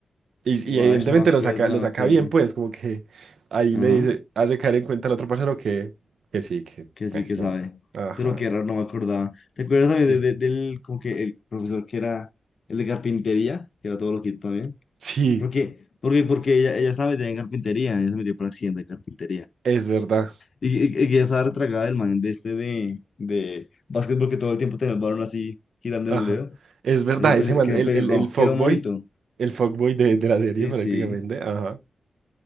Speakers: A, on the right; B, on the left.
A: Y,
B: Wash,
A: y evidentemente
B: no me acuerdo,
A: lo saca, lo
B: no
A: saca
B: me acuerdo.
A: bien, pues, como que ahí
B: Ajá.
A: le dice, hace caer en cuenta al otro parcero que, que sí, que
B: Que
A: pues
B: sí que sabe.
A: no. Ajá.
B: Pero qué raro, no me acordaba. ¿Te acuerdas también
A: Sí,
B: de- de- del, como que el profesor que era el de carpintería? Que era todo loquito también.
A: Sí,
B: porque Porque, porque ella, ella sabe de carpintería. Ella se metió por accidente de carpintería.
A: es verdad.
B: Y, y, y que esa retragada del man de este de, de básquetbol que todo el tiempo tenía el balón así girando
A: Ajá.
B: en el dedo.
A: Es verdad,
B: Ese, pues,
A: ese man,
B: que era
A: el,
B: un pelirrojo,
A: el, el fuckboy,
B: que era un monito.
A: el fuckboy de, de la serie
B: Sí,
A: prácticamente.
B: sí.
A: Ajá.